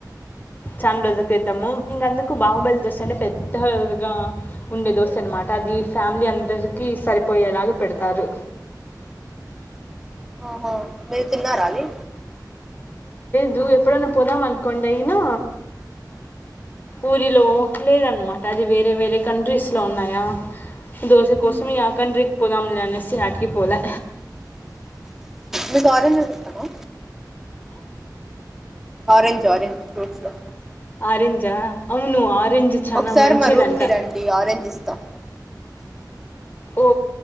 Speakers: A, on the left (about 25°); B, in the centre.
A: చాన్ రోజుల క్రితము ఇంగా అందు బాహుబలి దోశ అంటే పెద్దగా ఉండే దోశ అనమాట అది ఫ్యామిలీ అందరికి సరి పోయేలాగా పెడతారు
B: ఆహా మీరు తిన్నరా అది
A: ను ఎప్పుడైనా పోదాం అనుకోండి అయినా ఊరిలో లేదన్నమాట అది వేరే వేరే కంట్రీస్లో ఉన్నాయా దోస కోసం
B: మ్మ్.
A: ఇగ ఆ కండ్రికి పోదాం లే అనేసి యాడికి పోలె
B: మీకు ఆరంజస్ ఇష్టమా ఆరెంజ్ ఆరెంజ్ ఫ్రూట్స్లో
A: ఆరెంజా అవును ఆరెంజ్ చనా
B: ఒకసారి
A: మంచిదంట
B: మా రూమ్ కి రండి ఆరెంజ్ ఇస్తాం
A: ఓ